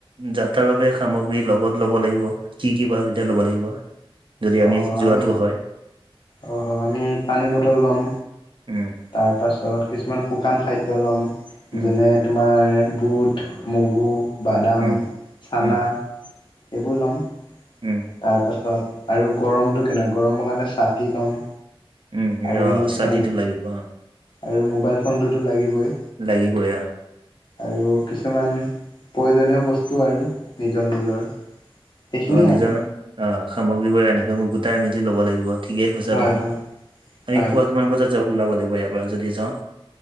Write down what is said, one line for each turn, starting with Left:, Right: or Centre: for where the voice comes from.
Right: যাত্ৰাৰ বাবে সামগ্ৰী লগত ল'ব লাগিব। কি কি বা তেতিয়া ল'ব লাগিব। যদি
Left: অ
Right: যোৱাটো
Left: আমি
Right: হয়
Left: অ আমি পানীৰ বটল ল'ম।
Right: উম
Left: তাৰ পাছত কিছুমান শুকান খাদ্য ল'ম।
Right: উম
Left: যেনে তোমাৰ বুট, মগু, বাদাম।
Right: উম
Left: চানা
Right: উম
Left: এইবোৰ ল'ম
Right: উম
Left: তাৰ পাছত আৰু গৰমটো কেনেকা গৰমৰ কাৰণে ছাটি ল'ম
Right: উম
Left: আৰু
Right: অ
Left: মোক
Right: ছাতিটো
Left: মোক
Right: লাগিব অ
Left: আৰু মোবাইল ফোনটোতো লাগিবই
Right: লাগিবই আ
Left: আৰু কিছুমান প্ৰয়োজনীয় বস্তু আৰু নিজৰ নিজৰ সেইখিনিয়ে
Right: অ নিজৰ
Left: আৰু
Right: অ সামগ্ৰীবোৰ এনেকে মই গোটাই মিলি লব লাগিব ঠিকেই কৈছা
Left: হয়
Right: তুমি
Left: হয়
Right: আমি
Left: হয়
Right: পুৱা কিমান বজাত যাওঁ ওলাব লাগিব ইয়াৰ পৰা যদি যাওঁ